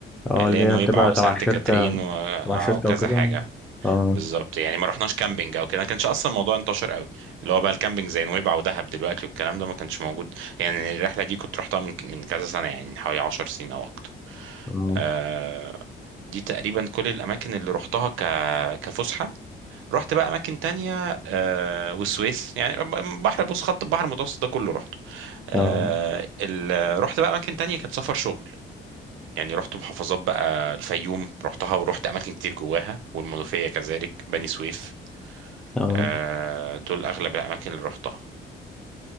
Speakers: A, in the centre; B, on the right (about 85°).
A: اه
B: اللي
A: اللي
B: هي
A: هي
B: نويبع
A: بتبقى
B: وسانت
A: تبع الشركة
B: كاترين و... آه،
A: تبع الشركة
B: وكذا
A: وكده
B: حاجة
A: اه
B: بالظبط يعني ما رحناش كامبينج او كده ما كانش اصلا الموضوع انتشر قوي اللي هو بقى الكامبينج زي نويبع ودهب دلوقتي والكلام ده ما كانش موجود يعني الرحلة دي كنت رحتها من من كذا سنة يعني من حوالي 10 سنين او اكتر
A: اه
B: آه، دي تقريبا كل الاماكن اللي رحتها ك... كفسحة رحت بقى اماكن تانية آه، والسويس يعني بحر بص خط البحر المتوسط ده كله رحته آه
A: اه
B: ال... رحت بقى اماكن تانية كانت سفر شغل يعني رحت محافظات بقى الفيوم رحتها ورحت اماكن كتير جواها والمنوفية كذلك بني سويف
A: اه
B: آه دول اغلب الاماكن اللي رحتها